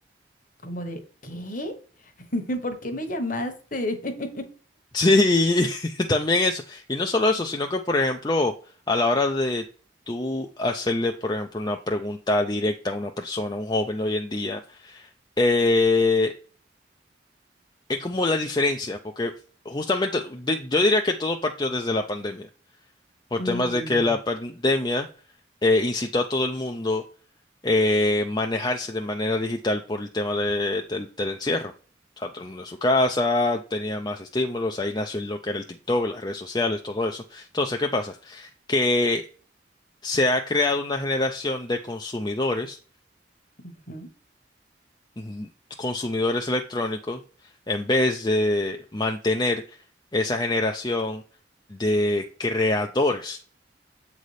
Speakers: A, on the left; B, on the left.
A: como de, ¿qué? <laughs> ¿Por qué me llamaste? <laughs>
B: Sí, <laughs> también eso. Y no solo eso, sino que, por ejemplo, a la hora de tú hacerle, por ejemplo, una pregunta directa a una persona, a un joven hoy en día, eh, es como la diferencia, porque justamente de- yo diría que todo partió desde la pandemia, por
A: Mm,
B: temas de que la pandemia eh, incitó a todo el mundo eh, manejarse de manera digital por el tema de- del, del encierro. O sea, todo el mundo en su casa, tenía más estímulos, ahí nació lo que era el TikTok, las redes sociales, todo eso. Entonces, ¿qué pasa? Que se ha creado una generación de consumidores,
A: ujú,
B: mm, consumidores electrónicos, en vez de mantener esa generación de creadores.